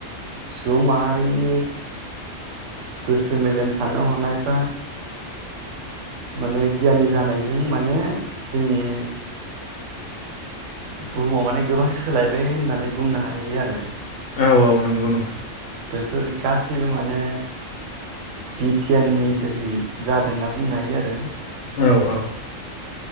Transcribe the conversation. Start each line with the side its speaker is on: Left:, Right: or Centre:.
Right: सुबुं माहारिनि। गोसो मेलेम साननो हनायफ्रा। माने गियानि जानायजों माने जोंनि। बुहुमाव माने गोबां सोलायबाय होननानै बुंनो हायो आरो।
Left: औ औ नंगौ नोंथां।
Right: बेफोर गासैबो माने बिगियाननि जोहै जादों होनना बुंनो हायो आरो।
Left: औ औ।